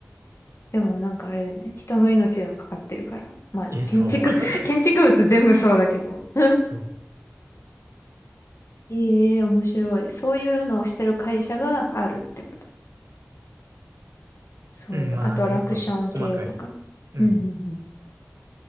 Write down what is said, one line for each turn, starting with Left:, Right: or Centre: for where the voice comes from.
Left: でもなんかあれだよね。人の命がかかってるから。まあ、
Right: え、そう。
Left: 建築、
Right: <laughs>
Left: <laughs> 建築物全部そうだけど。<laughs>
Right: そう。
Left: ええ面白い。そういうのをしてる会社があるってこと。そういうアトラクション系とか。
Right: うん、まあなんかもっと細かい。うん。
Left: うんうん